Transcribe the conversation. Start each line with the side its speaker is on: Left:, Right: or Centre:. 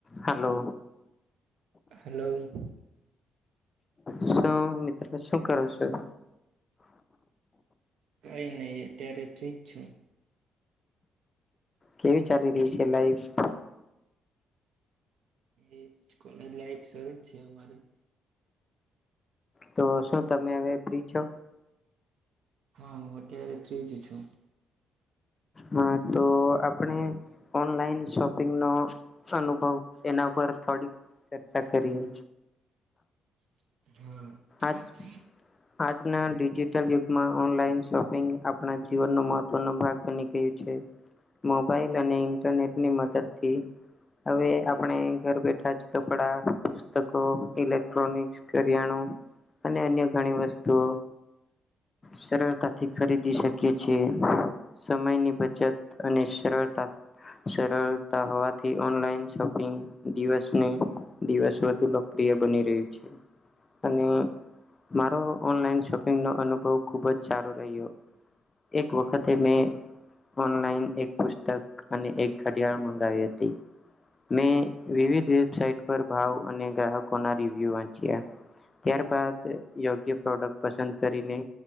Left: Hello.
Right: Hello.
Left: શું મિત્ર, શું કરો છું?
Right: કઈ નઈ, અત્યારે ફ્રીજ છું.
Left: કેવી ચાલી રહી છે, લાઈફ?
Right: એ કોલેજ લાઈફ શરૂ જ છે અમારી
Left: તો શું તમે હવે ફ્રી છો?
Right: હા, હું અત્યારે ફ્ર્રીજ છું.
Left: હા, તો આપણે ઓનલાઈન શોપિંગ નો અનુભવ એના પર થોડીક ચર્ચા કરીએ
Right: હા.
Left: આજ આજના ડિજિટલ યુગમાં ઓનલાઈન શોપિંગ આપણા જીવનનો મહત્વનો ભાગ બની ગયું છે. મોબાઈલ અને ઇન્ટરનેટની મદદથી હવે આપણે ઘર બેઠા જ કપડા પુતકો, ઇલેક્ટ્રોનિક, કરિયાણું અને અન્ય ઘણી વસ્તુઓ સરળતાથી ખરીદી શકીએ છે. સમયની બચત અને સરળતા સરળતા હોવાથી ઓનલાઈન શોપિંગ દિવસની દિવસ વધુ લોકપ્રિય બની રહ્યું છે. અને મારો ઓનલાઈન શોપિંગનો અનુભવ ખુબ જ સારો રહ્યો. એક વખત તે મેં ઓનલાઈન એક પુસ્તક અને એક ઘડિયાળ મંગાવી હતી. મેં વિવિધ વેબસાઇટ પર ભાવ અને ગ્રાહકોના રિવ્યુ વાંચ્યા. ત્યારબાદ યોગ્ય પ્રોડક્ટ પસંદ કરીને